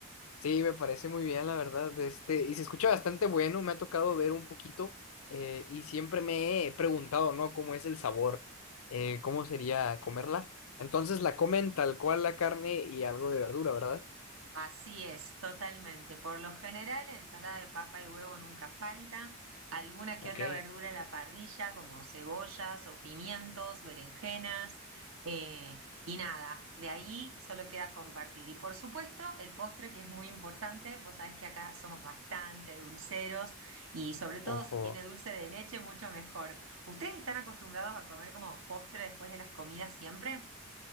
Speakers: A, on the left; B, on the right.
A: Sí, me parece muy bien, la verdad. Este, y se escucha bastante bueno, me ha tocado ver un poquito eh, y siempre me he preguntado, ¿no? ¿Cómo es el sabor? Eh, ¿cómo sería comerla? Entonces la comen tal cual la carne y algo de verdura, ¿verdad?
B: Así es, totalmente. Por lo general, ensalada de papa y huevo nunca falta, alguna que
A: Ok,
B: otra verdura a la parrilla, como cebollas o pimientos, berenjenas, eh, y nada, de ahí solo queda compartir. Y por supuesto, el postre que es muy importante, vos sabés que acá somos bastante dulceros y sobre todo
A: ojo.
B: si tiene dulce de leche, mucho mejor. ¿Ustedes están acostumbrados a comer como postre después de las comidas siempre?